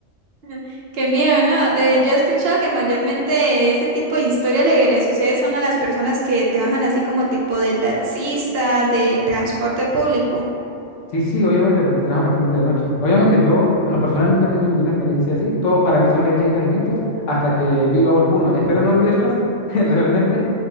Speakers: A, on the right (about 60°); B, on the left (about 75°).
A: <laughs> Qué miedo, ¿no? Eh, yo he escuchado que mayormente ese tipo de historias le, le sucede son a las personas que trabajan así como tipo de taxista, de transporte público.
B: Sí, sí, obviamente, porque trabajan bastante de noche. Obviamente, yo en lo personal nunca he tenido ninguna experiencia así. Todo para mí son leyendas y mitos hasta que viva alguno. Espero no vivirlas <laughs> realmente,